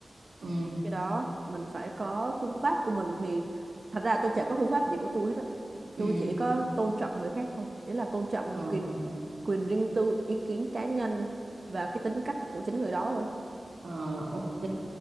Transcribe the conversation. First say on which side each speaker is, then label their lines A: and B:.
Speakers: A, on the right (about 80°); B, on the right (about 45°).
A: ừ
B: thì cái đó mình phải có phương pháp của mình thì thật ra tôi chả có phương pháp gì của tôi hết á
A: ừ
B: tôi chỉ có tôn trọng người khác thôi ý là tôn trọng
A: Ờ,
B: quyền quyền riêng tư ý kiến cá nhân và cái tính cách của chính người đó thôi
A: ờ, ok.